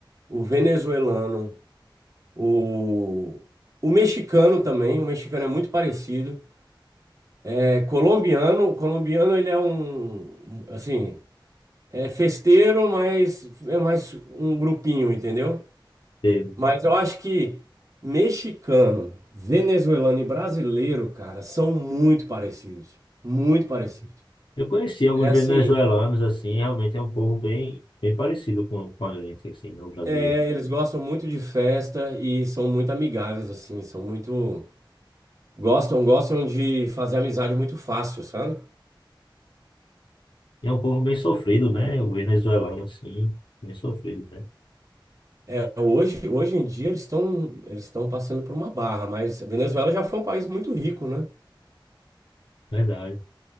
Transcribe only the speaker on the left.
Teve.
Eu conheci alguns
venezuelanos, assim, realmente é um povo bem, bem parecido com, com a gente, assim, né, o brasileiro.
E é um povo bem sofrido, né? O venezuelano, assim, bem sofrido, né?
Verdade.